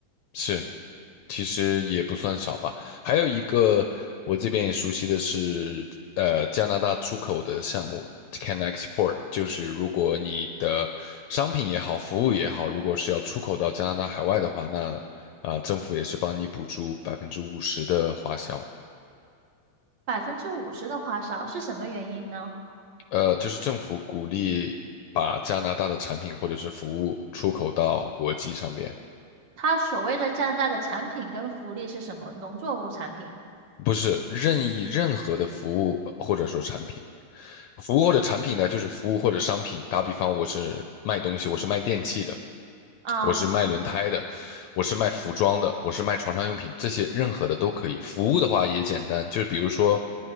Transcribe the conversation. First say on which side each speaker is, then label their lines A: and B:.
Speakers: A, on the left (about 80°); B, on the right (about 50°).
A: 是。其实也不算少吧。还有一个我这边也熟悉的是，呃，加拿大出口的项目 Can Export，就是如果你的商品也好，服务也好，如果是要出口到加拿大海外的话，那啊、政府也是帮你补助百分之五十的花销。
B: 百分之五十的花销是什么原因呢？
A: 呃，就是政府鼓励把加拿大的产品或者是服务出口到国际上边。
B: 它所谓的加拿大的产品跟福利是什么？农作物产品
A: 不是任意任何的服务呃或者说产品，服务或者产品呢，就是服务或者商品。打比方，我是卖东西，我是卖电器的，
B: 啊，
A: 我是卖轮胎的，我是卖服装的，我是卖床上用品，这些任何的都可以。服务的话也简单，就是比如说，